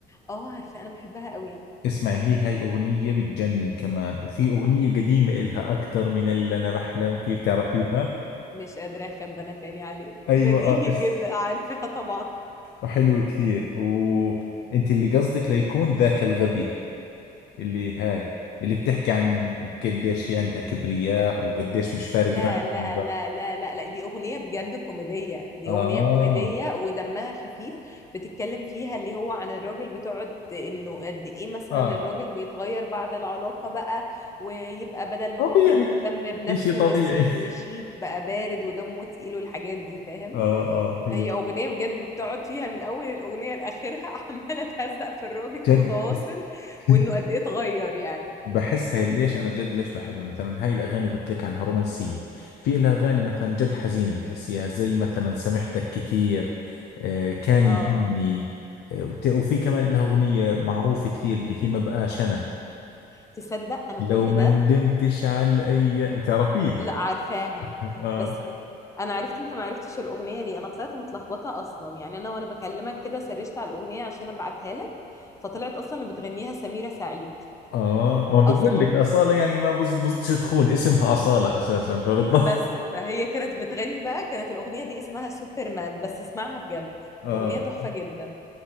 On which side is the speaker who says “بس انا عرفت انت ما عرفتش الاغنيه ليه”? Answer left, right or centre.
Left